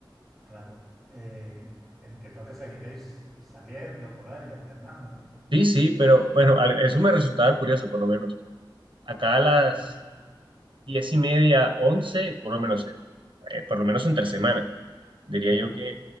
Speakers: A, in the centre; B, on the right.
A: claro. Eh, entiendo que seguiréis saliendo por ahí y alternando, ¿no?
B: Sí, sí, pero bueno, al- eso me resultaba curioso, por lo menos. Acá a las
A: Ajá,
B: diez y media, once, por lo menos, en- eh, por lo menos entre semana, diría
A: ajá.
B: yo que,